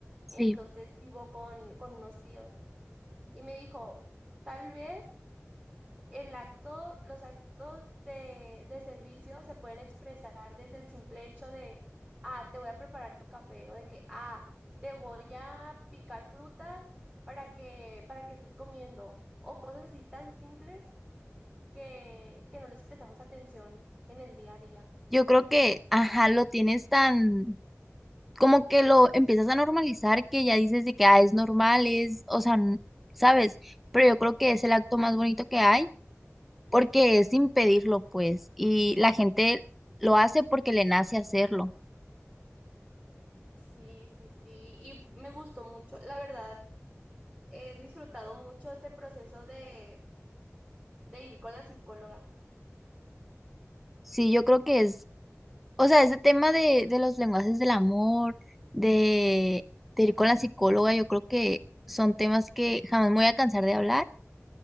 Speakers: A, in the centre; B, on the right (about 25°).
A: sí.
B: entonces vivo con, con unos tíos. Y me dijo, tal vez el acto, los actos de, de servicio se pueden expresar desde el simple hecho de, ah, te voy a preparar tu café o de que, ah, te voy a picar fruta para que, para que estés comiendo o cosas así tan simples que, que no les prestamos atención en el día a día.
A: Yo creo que, ajá, lo tienes tan, como que lo empiezas a normalizar que ya dices de que, ah, es normal, es, o sea, n- ¿sabes? Pero yo creo que es el acto más bonito que hay porque es sin pedirlo, pues, y la gente lo hace porque le nace hacerlo.
B: Sí, sí, sí, y me gustó mucho. La verdad, he disfrutado mucho este proceso de, de ir con la psicóloga.
A: Sí, yo creo que es, o sea, ese tema de, de los lenguajes del amor, de, de ir con la psicóloga, yo creo que son temas que jamás me voy a cansar de hablar